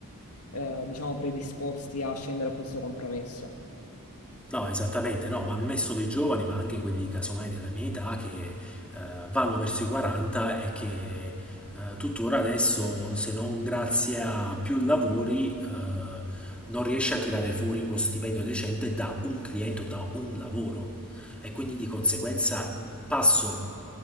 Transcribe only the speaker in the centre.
No, esattamente, no, ma non è solo i giovani, ma anche quelli casomai della mia età che eh, vanno verso i 40 e che eh, tuttora adesso, se non grazie a più lavori, eh, non riesce a tirare fuori uno stipendio decente da un cliente o da un lavoro. E quindi di conseguenza passo